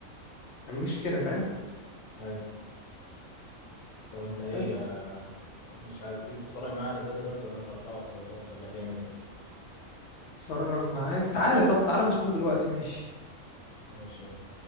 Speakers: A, on the left; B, on the left.
A: تعملوش كده فاهم
B: ايوه طب انت ايه
A: بس
B: آه، مش عارف تيجي تتفرج معايا على ده دلوقتي ولا انت هتروح دلوقتي ولا تعمل ايه
A: اتفرج معاك تعالى طب تعالى نشوفه دلوقتي ماشي
B: ماشي يلا